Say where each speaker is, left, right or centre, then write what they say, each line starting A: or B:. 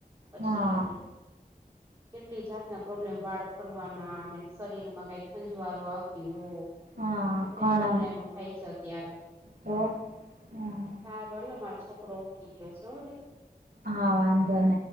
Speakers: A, on the right; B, on the right.
A: પછી
B: હા
A: કેટલી જાત ના પ્રોબ્લેમ વાળ ખોરટ્વાના અને શરીર માં કઈ ખંજવારો આવતી હો
B: હા
A: બધા
B: ઘણા
A: પ્રોબ્લેમો થાય છે અત્યારે.
B: તો હા
A: ચારલે મારો છોકરો ઉઠી ગયો છે.
B: હા વાંધો ન